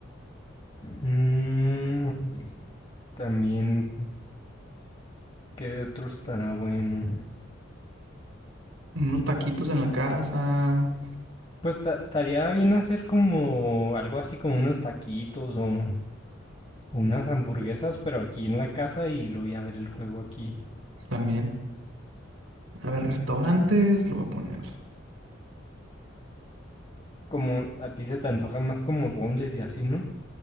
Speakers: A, on the left; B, on the right.
A: Mm, también ¿Qué otro estará bueno?
B: Unos taquitos en la casa.
A: Pues ta- estaría bien hacer como algo así como unos taquitos o unas hamburguesas, pero aquí en la casa y luego ya ver el juego aquí.
B: También. A ver, restaurantes, lo voy a poner.
A: Como a ti se te antoja más como bombles y así, ¿no?